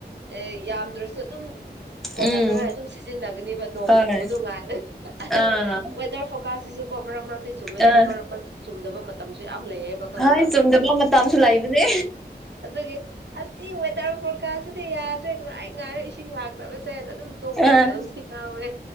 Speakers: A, on the right; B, in the centre.
A: ꯑꯦ ꯌꯥꯝꯗ꯭ꯔꯁꯨ ꯑꯗꯨꯝ ꯀꯣꯟꯅꯅꯉꯥꯏ
B: ꯎꯝ
A: ꯑꯗꯨꯝ ꯁꯤꯖꯤꯟꯅꯒꯅꯤꯕ ꯅꯣꯡ
B: ꯍꯣꯏ
A: ꯆꯨꯕꯗꯣ ꯉꯥꯏ ꯑꯗꯨꯅ
B: ꯑꯥ
A: ꯋꯦꯗꯔ ꯐꯣꯔꯀꯥꯁꯁꯤꯁꯨ ꯀꯣ ꯃꯔꯛ ꯃꯔꯛꯇꯤ ꯆꯨꯝꯃꯦ
B: ꯑꯥ
A: ꯑꯗꯨ ꯃꯔꯛ ꯃꯔꯛ ꯆꯨꯝꯗꯕ ꯃꯇꯝꯁꯨ ꯌꯥꯝ ꯂꯩꯌꯦꯕ ꯈꯪꯕ
B: ꯍꯣꯏ ꯆꯨꯝꯗꯕ ꯃꯇꯝꯁꯨ ꯂꯩꯕꯅꯦ
A: ꯑꯗꯨꯒꯤ ꯑꯁꯤ ꯋꯦꯗꯔ ꯐꯣꯔꯀꯥꯁꯁꯤꯗꯤ ꯌꯥꯗ꯭ꯔꯦ ꯉꯥꯏ ꯉꯥꯏꯔꯦ ꯏꯁꯤꯡ ꯂꯥꯛꯇꯕꯁꯦꯅ ꯑꯗꯨꯝ ꯇꯣꯛꯄ
B: ꯑꯥ
A: ꯃꯇꯝ ꯁꯤ ꯉꯥꯎꯔꯦ